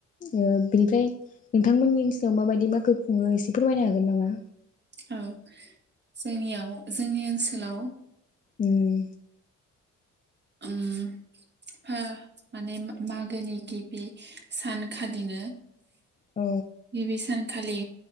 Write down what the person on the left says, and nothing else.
ओ बिनिफ्राय नोंथांमोननि ओनसोलाव माबायदि मागो खुङो एसे फोरमायनो हागोन नामा?
उम
औ